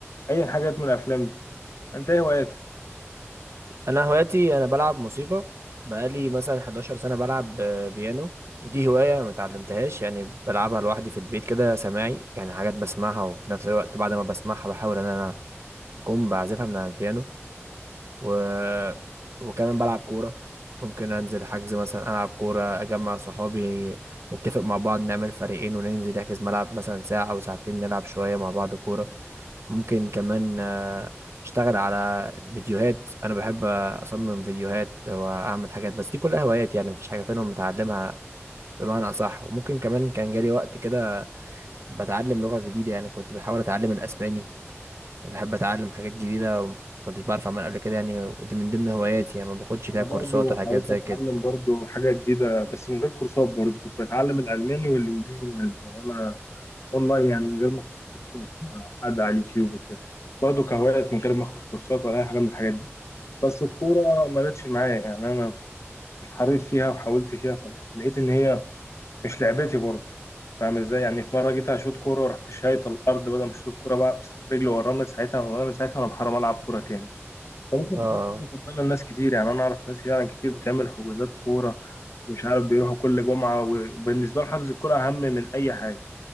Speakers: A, on the left; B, on the right.
A: اي حاجات من الافلام دي انت ايه هواياتك
B: انا هواياتي انا بلعب موسيقى بقالي مثلا 11 سنة بلعب آه، بيانو ودي هواية ما اتعلمتهاش يعني بلعبها لوحدي في البيت كده سماعي يعني حاجات بسمعها وفي نفس الوقت بعد ما بسمعها بحاول ان انا اكون بعزفها من على البيانو و... وكمان بلعب كورة ممكن انزل حجز مثلا العب كورة اجمع صحابي نتفق مع بعض نعمل فريقين وننزل نحجز ملعب مثلا ساعة او ساعتين نلعب شوية مع بعض كورة ممكن كمان آه، اشتغل على فيديوهات انا بحب اصمم فيديوهات واعمل حاجات بس دي كلها هوايات يعني مفيش حاجه فيهم متعلمها بمعنى اصح وممكن كمان كان جالي وقت كده بتعلم لغه جديده يعني كنت بحاول اتعلم الاسباني بحب اتعلم حاجات جديده وما كنتش بعرف اعملها قبل كده يعني ودي من ضمن هواياتي يعني ما باخدش
A: انا
B: فيها كورسات
A: برضو
B: وحاجات
A: حاولت
B: زي
A: اتعلم
B: كده
A: برضو حاجه جديده بس من غير كورسات برضو كنت بتعلم الالماني والانجليزي من ال... وانا اونلاين يعني من غير ما اخش كورسات مع حد على اليوتيوب وكده برضو كهوايات من غير ما اخد كورسات ولا اي حاجه من الحاجات دي بس الكوره ما جاتش معايا يعني انا مش حريف فيها وحاولت فيها فلقيت ان هي مش لعبتي برضه فاهم ازاي يعني في مره جيت هشوط كوره ورحت شايط الارض بدل ما اشوط الكوره بقى بس رجلي ورا من ساعتها وانا من ساعتها انا محرم العب كوره تاني فممكن
B: اه
A: تكون هوايه مفضله لناس كتير يعني انا اعرف ناس يعني كتير بتعمل حجوزات كوره مش عارف بيروحوا كل جمعه وبالنسبه له حجز الكوره اهم من اي حاجه